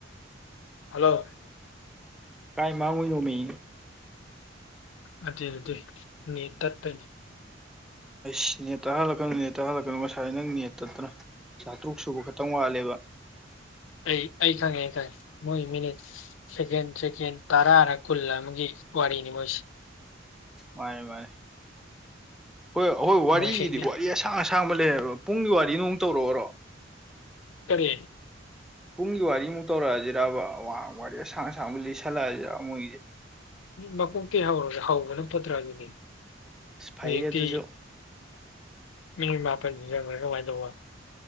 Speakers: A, on the left; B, in the centre.
A: ꯍꯜꯂꯣ
B: ꯀꯥꯏ ꯃꯥꯒꯏꯅꯣꯃꯤ
A: ꯑꯗꯨ ꯑꯗꯨꯗꯤ ꯅ ꯇꯠꯄꯅꯦ
B: ꯑꯩꯁ ꯅꯦꯠꯇ ꯇ ꯍꯜꯂꯛꯀꯅ ꯅꯦꯠꯇ ꯇ ꯍꯜꯂꯛꯀꯅ ꯉꯁꯥꯏ ꯅꯪ ꯅꯦꯠꯇ ꯇꯠꯇ꯭ꯔꯥ ꯆꯥꯇ꯭ꯔꯨꯛ ꯁꯨꯕ ꯈꯛꯇꯪ ꯋꯥꯠꯂꯦꯕ
A: ꯑꯩ ꯑꯩ ꯈꯪꯉꯦ ꯑꯩ ꯈꯪꯉꯦ ꯃꯣꯏ ꯃꯤꯅꯤꯠ ꯁꯦꯀꯦꯟ ꯁꯦꯀꯦꯟ ꯇꯔꯥꯅ ꯀꯨꯜ ꯑꯃꯒꯤ ꯋꯥꯅꯤ ꯃꯁ
B: ꯃꯥꯅꯦ ꯃꯥꯅꯦ ꯍꯣꯏ ꯑꯩꯍꯣꯏ ꯋꯥꯔꯤꯒꯤꯗꯤ
A: ꯃꯣꯏ ꯁꯦꯀꯦꯟ
B: ꯋꯥꯔꯤ ꯑꯁꯥꯡ ꯑꯁꯥꯡꯕ ꯂꯩꯕ ꯄꯨꯡꯒꯤ ꯋꯥꯔꯤ ꯅꯨꯡꯃꯨꯛ ꯇꯧꯔꯛꯑꯣꯔꯣ
A: ꯀꯔꯤ
B: ꯄꯨꯡꯒꯤ ꯋꯥꯔꯤꯃꯨꯛ ꯇꯧꯔꯛꯑꯁꯤꯔꯔꯕ ꯑꯡ ꯋꯥꯔꯤ ꯑꯁꯥꯡ ꯑꯁꯥꯡꯕ ꯂꯤꯠꯁꯜꯂꯛꯑꯁꯤꯔ ꯃꯣꯏꯒꯤꯁꯦ
A: ꯃꯀꯣꯛꯇꯤ ꯍꯧꯔꯁꯦ ꯍꯧꯕꯅ ꯐꯠꯇ꯭ꯔꯥ ꯑꯗꯨꯗꯤ
B: ꯑꯁ ꯐꯩꯌꯦ
A: ꯍꯧꯖꯤꯛꯇꯤ
B: ꯑꯗꯨꯁꯨ
A: ꯃꯤꯅꯤꯠ ꯃꯥꯄꯟꯗꯨ ꯆꯪꯈ꯭ꯔꯦ ꯀꯃꯥꯏꯅ ꯇꯧꯕ